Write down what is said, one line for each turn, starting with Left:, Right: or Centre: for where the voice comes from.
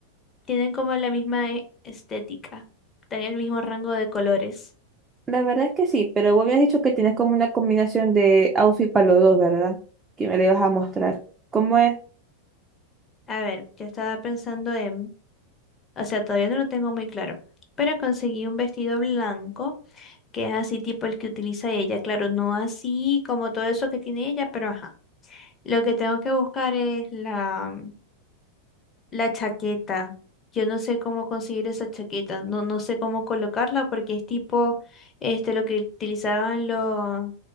Left: tienen como la misma e- estética, están en el mismo rango de colores.
Right: La verdad es que sí, pero vos habías dicho que tienes como una combinación de outfit para los dos, ¿verdad? Que me le vas a mostrar. ¿Cómo es?
Left: A ver, yo estaba pensando en O sea, todavía no lo tengo muy claro. Pero conseguí un vestido blanco, que es así tipo el que utiliza ella. Claro, no así como todo eso que tiene ella, pero ajá. Lo que tengo que buscar es la, la chaqueta. Yo no sé cómo conseguir esa chaqueta. No, no sé cómo colocarla porque es tipo este, lo que utilizaban los,